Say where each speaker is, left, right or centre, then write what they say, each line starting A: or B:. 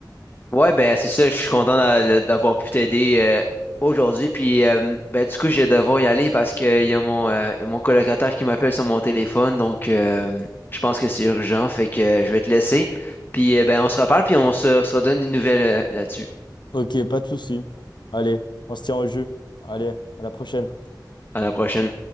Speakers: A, on the left (about 25°); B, on the left (about 75°).
A: Ouais, ben c'est ça, je suis content d'a- d'avoir pu t'aider euh, aujourd'hui. Puis euh, ben du coup, je vais devoir y aller parce qu'il y a mon, euh, mon colocataire qui m'appelle sur mon téléphone. Donc euh, je pense que c'est urgent. Fait que euh, je vais te laisser. Puis euh, ben on se reparle, puis on se, se redonne une nouvelle là-dessus.
B: Ok, pas de souci. Allez, on se tient au jus. Allez, à la prochaine.
A: À la prochaine.